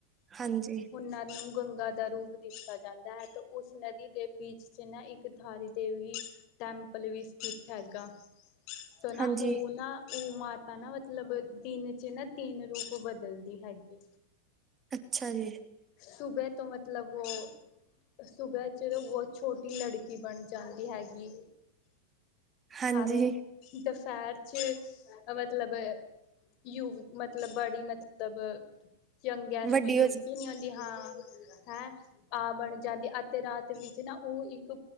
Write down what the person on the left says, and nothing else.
ਉਹਨਾਂ ਨੂੰ ਗੰਗਾ ਦਾ ਰੂਪ ਦਿੱਤਾ ਜਾਂਦਾ ਹੈ ਤੇ ਉਸ ਨਦੀ ਦੇ ਪੀਚ ਚ ਨਾ ਇੱਕ ਥਾਰੀ ਦੇਵੀ ਟੈਂਪਲ ਵੀ ਸਥਿਤ ਹੈਗਾ ਤੋਂ ਨਾ
ਉਹ ਨਾ ਉਹ ਮਾਤਾ ਨਾ ਮਤਲਬ ਦਿਨ ਚ ਨਾ ਤਿੰਨ ਰੂਪ ਬਦਲਦੀ ਹੈਗੀ।
ਸੁਬੇ ਤੋਂ ਮਤਲਬ ਉਹ ਸੂਬਾ ਚ ਬਹੁਤ ਛੋਟੀ ਲੜਕੀ ਬਣ ਜਾਂਦੀ ਹੈਗੀ।
ਆਰੇ ਦੁਪਹਿਰ ਚ ਮਤਲਬ ਯੂ ਮਤਲਬ ਬੜੀ ਮਤਲਬ ਯੰਗੈਸਟ
ਯੂਗ
ਹੀ ਨਹੀਂ ਹੁੰਦੀ ਹਾਂ। ਹੈ ਆ ਬਣ ਜਾਂਦੀ, ਅਤੇ ਰਾਤ ਵਿੱਚ ਨਾ ਉਹ ਇੱਕ